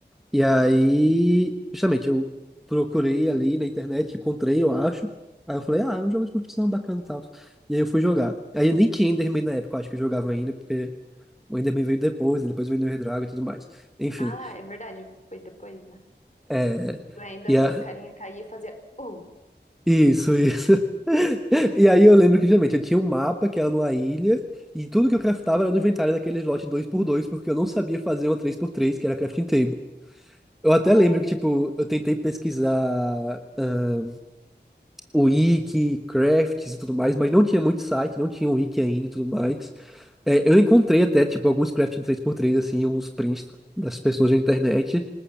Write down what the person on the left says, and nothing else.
Ah, é verdade. Foi depois, né?
Ainda
quando
o carinha caía, fazia. Uh!
Ah,
sim,